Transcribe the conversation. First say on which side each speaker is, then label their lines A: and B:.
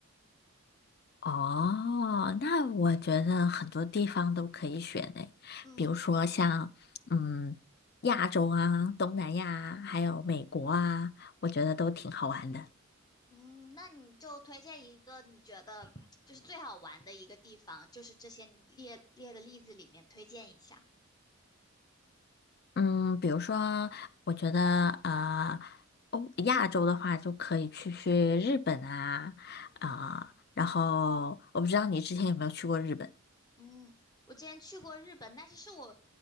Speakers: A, on the left; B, on the left.
A: 哦，那我觉得很多地方都可以选诶，
B: 嗯
A: 比如说像嗯亚洲啊、东南亚啊还有美国啊，我觉得都挺好玩的。
B: 嗯，那你就推荐一个你觉得就是最好玩的一个地方，就是这些你列列的例子里面推荐一下。
A: 嗯，比如说，我觉得呃，欧亚洲的话就可以去去日本啊啊，然后我不知道你之前有没有去过日本。
B: 嗯，我之前去过日本，但是是我